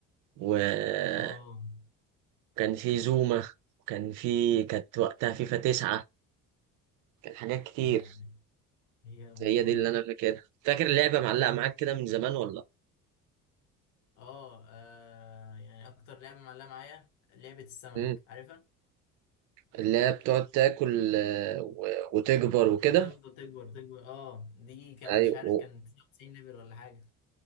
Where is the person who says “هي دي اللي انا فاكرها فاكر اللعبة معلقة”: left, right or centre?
Right